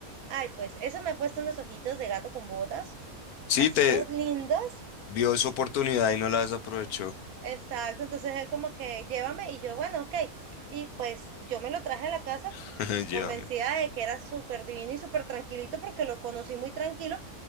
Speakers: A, on the right; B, on the left.
A: Ay, pues eso me ha puesto unos ojitos de gato con botas,
B: Sí,
A: así
B: te
A: todos lindos.
B: vio su oportunidad y no la desaprovechó.
A: Exacto, entonces él como que llévame y yo, bueno, ok. Y pues yo me lo traje a la casa,
B: <laughs>
A: pues
B: Llévame.
A: convencida de que era súper divino y súper tranquilito porque lo conocí muy tranquilo